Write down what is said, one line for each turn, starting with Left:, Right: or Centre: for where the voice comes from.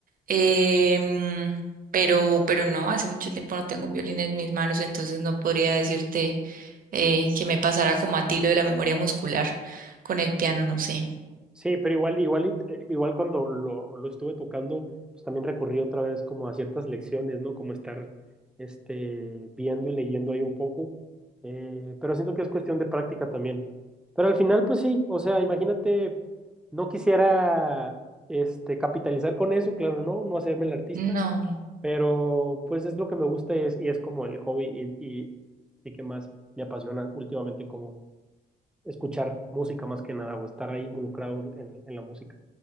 Right: em, pero, pero no, hace mucho tiempo no tengo un violín en mis manos, entonces no podría decirte eh, que me pasara como a ti lo de la memoria muscular con el piano, no sé.
Centre: Sí, pero igual, igual, y- eh, igual cuando lo, lo estuve tocando, pues también recurrí otra vez como a ciertas lecciones, ¿no? Como estar este, viendo y leyendo ahí un poco. Eh, pero siento que es cuestión de práctica también. Pero al final, pues sí, o sea, imagínate, no quisiera este, capitalizar con eso, claro, no, no hacerme el artista,
Right: No,
Centre: pero pues es lo que me gusta y es, y es como el hobby y, y, y que más me apasiona últimamente como. escuchar música más que nada o estar ahí involucrado en, en la música.